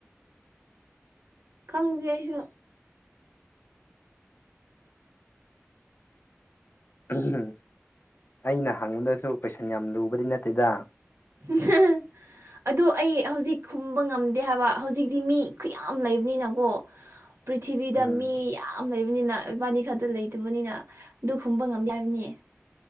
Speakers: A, on the right; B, on the left.
A: ꯈꯪꯗꯤ ꯑꯩꯁꯨ
B: ꯎꯝ ꯍꯝ ꯑꯩꯅ ꯍꯪꯕꯗꯁꯨ ꯀꯣꯏꯁꯟ ꯌꯥꯝ ꯂꯨꯕꯗꯤ ꯅꯠꯇꯦꯗ
A: ꯥ <unintelligible> ꯑꯗꯨ ꯑꯩ ꯍꯧꯖꯤꯛ ꯈꯨꯝꯕ ꯉꯝꯗꯦ ꯍꯥꯏꯕ ꯍꯧꯖꯤꯛꯇꯤ ꯃꯤ ꯈꯨꯌꯥꯝ ꯂꯩꯕꯅꯤꯅꯀꯣ ꯄ꯭ꯔꯤꯊꯤꯕꯤꯗ
B: ꯎꯝ
A: ꯃꯤ ꯌꯥꯝ ꯌꯥꯝ ꯂꯩꯕꯅꯤꯅ ꯏꯕꯥꯅꯤ ꯈꯛꯇ ꯂꯩꯇꯕꯅꯤꯅ ꯑꯗꯨ ꯈꯨꯝꯕ ꯉꯝꯗꯦ ꯍꯥꯏꯕꯅꯤꯅꯦ